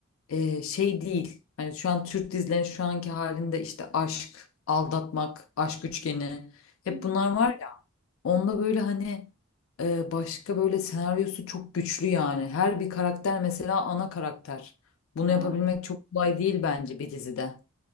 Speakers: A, on the left (about 65°); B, on the right (about 70°).
A: e, şey değil. Hani şu an Türk dizilerinin şu anki halinde işte aşk, aldatmak, aşk üçgeni hep
B: Hı hı.
A: bunlar var ya. Onda böyle hani e, başka böyle senaryosu çok güçlü yani. Her bir karakter mesela ana karakter. Bunu
B: Evet.
A: yapabilmek çok kolay değil bence bir dizide.